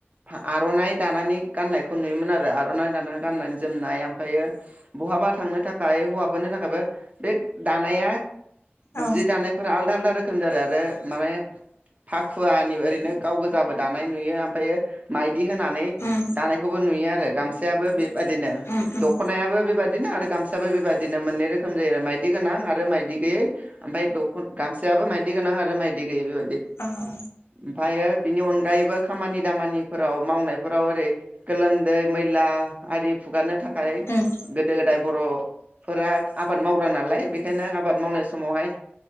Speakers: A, on the right; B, on the left.
A: फा आर'नाइ दानानै गाननायखौ नुयोमोन। आरो आर'नाइ दानानै गाननानै जोमनाय ओमफ्रायो बहाबा थांनो थाखाय हौवाफोरनि थाखायबो बे दानाया
B: औ
A: जि दानायफोरा आलदा आलदा रोखोम जादों आरो माने फाखुवानि ओरैनो गाव गोजाबो दानाय नुयो ओमफ्रायो माइ दि होनानै
B: उम
A: दानायखौबो नुयो आरो। गामसायाबो बे बायदिनो
B: उम उम
A: दख'नायाबो बेबायादिनो आरो गामसा याबो बेबायादिनो मोननै रोखोम जायो आरो माइदि गोनां आरो मायदि गैयै ओमफाय दख' गामसायाबो मायदि गोनां आरो मायदि गैयै बेबायदि।
B: औ
A: ओमफायो बिनि अनगायैबो खामानि दामानि फोराव मावनायफोराव ओरै गोलोमदै मैला आरि हुगारनो था खाय
B: उम
A: गोदो गोदाय बर'फोरा आबाद माव ग्रानालाय बेखायनो आबाद मावनाय समावहाय